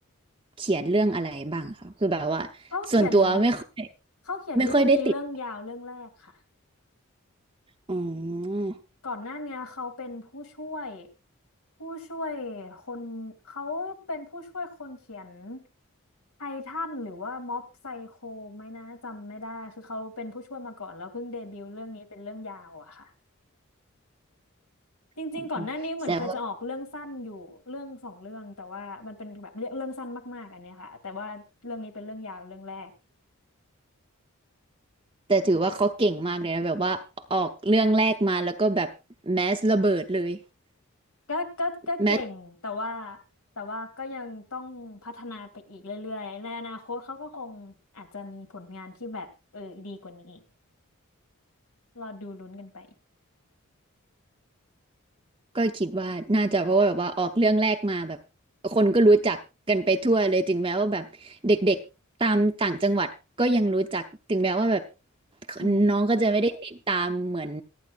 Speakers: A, on the right (about 25°); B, on the left (about 85°).
A: เขียนเรื่องอะไรบ้างคะคือแบบว่า
B: เขาเขียน
A: ส่วนตัวไม่ค่อย
B: เขาเขียนเรื่องนี้เรื่องยาวเรื่องแรกค่ะ
A: ไม่ค่อยได้ติดอืม
B: ก่อนหน้าเนี้ยเขาเป็นผู้ช่วยผู้ช่วยคนเขาเป็นผู้ช่วยคนเขียนไททันหรือว่าม็อบไซโคไหมนะจำไม่ได้คือเขาเป็นผู้ช่วยมาก่อนแล้วเพิ่งเดบิวต์เรื่องนี้เป็นเรื่องยาวอะค่ะ จริงๆก่อนหน้านี้เหมือนเคยจะออกเรื่องสั้นอยู่เรื่องสองเรื่องแต่ว่ามันเป็นแบบเรื่องเรื่องสั้นมากๆอันเนี้ยค่ะแต่ว่าเรื่องนี้เป็นเรื่องยาวเรื่องแรก
A: อืมอืมแต่ว่าแต่ถือว่าเขาเก่งมากเลยนะแบบว่าออกเรื่องแรกมาแล้วก็แบบแมสระเบิดเลย
B: ก็ก็ก็เก่งแต่ว่า
A: แมส
B: แต่ว่าก็ยังต้องพัฒนาไปอีกเรื่อยๆในอนาคตเขาก็คงอาจจะมีผลงานที่แบบเออดีกว่านี้รอดูลุ้นกันไป
A: ก็คิดว่าน่าจะเพราะว่าแบบว่าออกเรื่องแรกมาแบบคนก็รู้จักกันไปทั่วเลยถึงแม้ว่าแบบเด็กๆตามต่างจังหวัดก็ยังรู้จักถึงแม้ว่าแบบ
B: อืม
A: น้องก็จะไม่ได้ติดตามเหมือน